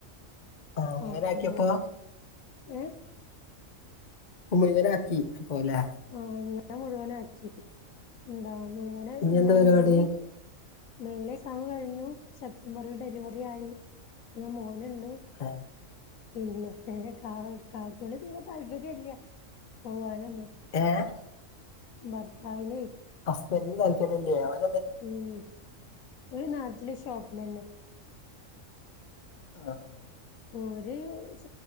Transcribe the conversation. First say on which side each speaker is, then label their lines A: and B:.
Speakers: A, on the left (about 40°); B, on the left (about 90°).
A: ആ അങ്ങനെ
B: അപ്പോ
A: ആക്കിയപ്പോ
B: ഏഹ്
A: അപ്പൊ മുയുവനാക്കി ഇപ്പോലെ
B: ആഹ് ഞാൻ മുഴുവനാക്കി എന്താ മുഴുവന്
A: ഇനി
B: എന്താ
A: പരിപാടി
B: മൈയില് മൈയില് എക്സാമ് കഴിഞ്ഞു സെപ്റ്റംബറിൽ ഡെലിവറി ആയി പിന്നെ മോന്ണ്ട്
A: ആഹ്
B: പിന്നെ ഏഹ് കാ കാക്കൂന് തീരെ താല്പര്യല്ല പോവാനൊന്നും
A: ഏഹ്
B: ഭർത്താവിനെയ്
A: ഹസ്ബൻ്റിന് താല്പര്യമില്ലേ വൻ
B: ഊം ഞാൻ നാട്ടിലെ ഷോപ്പിലെന്നെ
A: ആഹ്
B: ഓര് സ